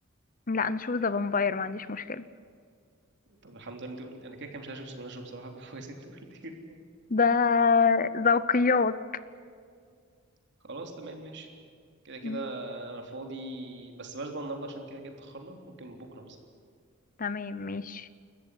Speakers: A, on the left; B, on the right.
A: لا نشوف ذا فامباير ما عنديش مشكلة
B: طب الحمد لله انت قلت انا كده كده مش هشوف سوبر ناتشورال بصراحه <laughs> كويس انت قلت كده
A: ده ذوقيات
B: خلاص تمام ماشي كده كده
A: مم.
B: انا فاضي بس بلاش بقى النهارده عشان كده كده اتاخرنا ممكن بكره مثلا
A: تمام ماشي